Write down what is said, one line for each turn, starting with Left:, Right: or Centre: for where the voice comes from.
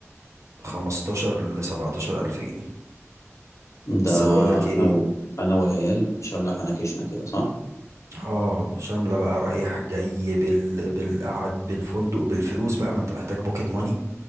Right: خمستاشر لسبعتاشر ألف جنيه
Left: ده
Right: بس بقول لك إيه
Left: انا و... انا والعيال شامله حنكشنا كده صح
Right: اه شاملة بقى رايح جاي بال بالقعد بالفندق بالفلوس بقى ما انت محتاج بوكيت ماني